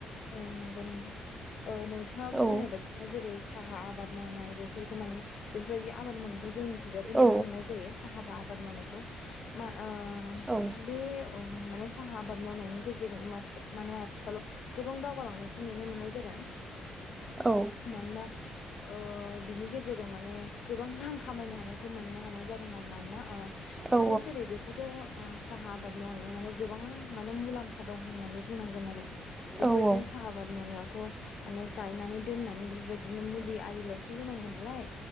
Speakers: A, on the left; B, on the right.
A: ओ नंगौ नोंथां ओ नोंथाङा
B: औ
A: बुंनाय बायदिनो जेरै- साहा आबाद न'नाय बेफोरखौ माने बेफोरबायदि आबाद मावनायखौ जोंनिथिंजायबो नुनो
B: औ
A: मोननाय जायो साहा बा आबाद मावनायखौ मा ओ
B: औ
A: बे ओ माने साहा आबाद मावनायनि गेजेरजोंबो माथिखा माने आथिखालाव गोबां दावगालांनायखौ नुनो मोननाय जादों
B: औ
A: मानोना ओ बिनि गेजेरजों माने गोबां रां खामायनो हानायखौ मोननो हानाय जादों आरो मानोना ओ
B: औ
A: बिदिनो जेरै- बेखौथ' ओ साहा आबाद मावनायाव ओ माने गोबां आनो माने मुलाम्फा दं होननानै बुंनांगोन आरो। बेफोरबायदिनो
B: औ औ
A: साहा आबाद मावनायावथ' माने गायनानै दोननानै बेफोरबायदिनो मुलि आरिल'सो होनांगौ ना लाय